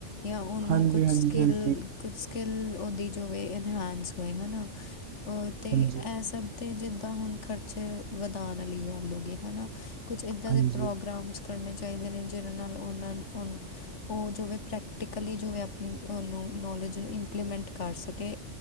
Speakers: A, on the left (about 65°); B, on the right (about 75°).
A: ਜਾਂ ਉਹਨੂੰ
B: ਹਾਂਜੀ
A: ਕੁਛ
B: ਹਾਂਜੀ
A: ਸਕਿੱਲ
B: ਹਾਂਜੀ
A: ਕੁਛ ਸਕਿੱਲ ਉਹਦੀ ਜੋਵੇ ਇਨਹਾਂਸ ਹੋਏ ਹੈ, ਨਾ ਅਤੇ
B: ਹਾਂਜੀ
A: ਇਹ ਸਭ ਅਤੇ ਜਿਦਾਂ ਹੁਣ ਖਰਚੇ ਵਧਾਉਣ ਵਾਲੀ ਗੱਲ ਹੋ ਗਈ ਹੈਨਾ, ਕੁਛ ਇਦਾ
B: ਹਾਂਜੀ
A: ਦੇ ਪ੍ਰੋਗਰਾਮਸ ਕਰਨੇ ਚਾਹੀਦੇ ਨੇ, ਜਿਨਾ ਨਾਲ ਉਹਨਾ ਉ ਉਹ ਜੋਵੇ ਪ੍ਰੈਕਟੀਕਲੀ ਜਿਵੇ ਆਪਣੀ ਨੂੰ ਨੌਲੇਜ ਨੂੰ ਇੰਪਲੀਮੈਟ ਕਰ ਸਕੇ